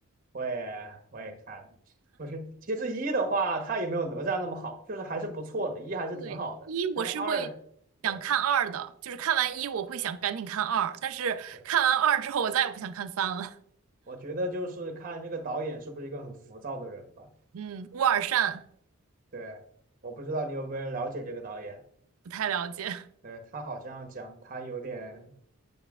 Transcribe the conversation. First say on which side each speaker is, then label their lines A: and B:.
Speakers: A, on the right; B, on the right.
A: 我也我也看了，不是，其实一的话，他也没有哪吒那么好，就是还是不错的，一还是挺好的，
B: 对，一我是会想看二的，
A: 但是二的，对，
B: 就是看完一我会想赶紧看二，但是看完二之后我再也不想看三了。
A: 是，我觉得就是看这个导演是不是一个很浮躁的人吧，
B: 嗯，乌尔善
A: 对。我不知道你有没有了解这个导演，
B: 不太了解。
A: 对，他好像讲他有点